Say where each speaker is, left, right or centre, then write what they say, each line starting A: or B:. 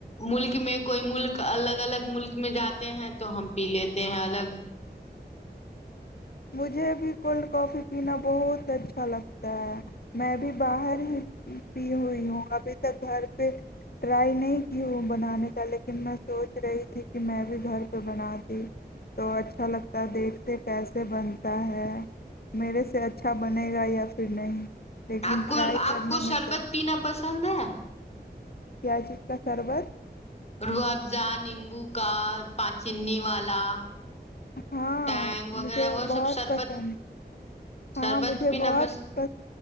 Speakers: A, on the left; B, on the left.
A: ملک میں کوئی ملک الگ ال الگ ملک میں جاتے ہیں تو ہم پی لیتے ہیں الگ
B: مجھے بھی کولڈ کافی پینا بہت اچھا لگتا ہے میں بھی باہر ہی پی ہوئی ہوں ابھی تک گھر پہ ٹرائی نہیں کی ہوں بنانے کا لیکن میں سوچ رہی تھی کہ میں بھی گھر پہ بنا دی تو اچھا لگتا دیکھتے پسے سے بنتا ہے میرے سے اچھا بنے گا یا پھر نہیں لیکن
A: آپ کو
B: ٹرائی کرنے
A: آپ کو
B: میں
A: شربت
B: کیا
A: پینا پسند ہے
B: پیاجز کا سربت
A: روح افزا نیمبو کا پان چنی والا
B: ہاں
A: ٹینگ وغیرہ
B: مجھے
A: وہ
B: بہت
A: سب شربت
B: پسند ہاں
A: شربت
B: مجھے
A: پینا
B: بہت
A: پس
B: پ